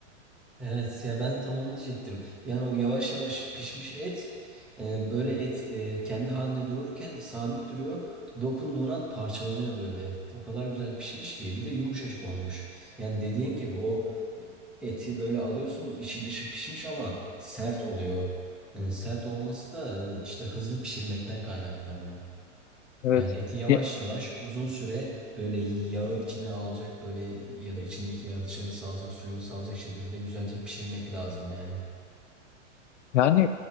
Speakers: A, in the centre; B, on the left.
A: Evet ya ben de tam onu diyecektim. Yani o yavaş yavaş pişmiş et e, böyle et e, kendi haline dururken sabit duruyor. Dokunduğun an parçalanıyor böyle. O kadar güzel pişmiş ki bir de yumuşacık olmuş. Yani dediğin gibi o eti böyle alıyorsun içi dışı pişmiş ama sert oluyor. E, sert olması da e, işte hızlı pişirmekten kaynaklanıyor.
B: Evet.
A: Yani eti yavaş
B: Ya-
A: yavaş uzun süre böyle yağı içine alacak böyle ya da içindeki yağı dışarı salacak suyunu salacak şekilde güzelce pişirmek lazım yani.
B: Yani